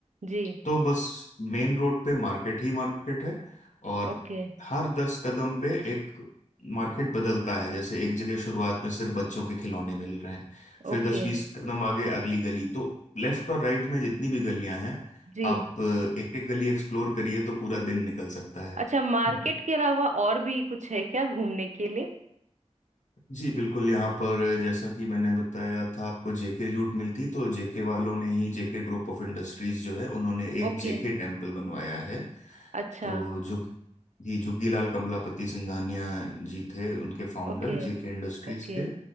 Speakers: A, on the right (about 75°); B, on the left (about 85°).
A: जी
B: तो बस मेन रोड पे मार्केट ही मार्केट है और
A: ओके
B: हर दस कदम पे एक मार्केट बदलता है जैसे एक जगह शुरुआत में सिर्फ बच्चों के खिलौने मिल रहे हैं फिर
A: ओके
B: दस बीस कदम आगे अगली गली तो लेफ्ट और राइट में जितनी भी गलियां हैं
A: जी
B: आप एक एक गली एक्सप्लोर करिए तो पूरा दिन निकल सकता है
A: अच्छा मार्केट
B: <laughs>
A: के अलावा और भी कुछ है क्या घूमने के लिए
B: जी बिल्कुल यहाँ पर जैसा कि मैंने बताया था आपको जेके जूट मिलती तो जेके वालों ने ही जेके ग्रुप ऑफ इंडस्ट्रीज जो है उन्होंने एक
A: ओके
B: जेके टेम्पल बनवाया है
A: अच्छा
B: तो जो जी जुग्गीलाल कमलापति सिंघानिया जी थे उनके फाउंडर
A: ओके
B: जेके इंडस्ट्रीज
A: ओके
B: के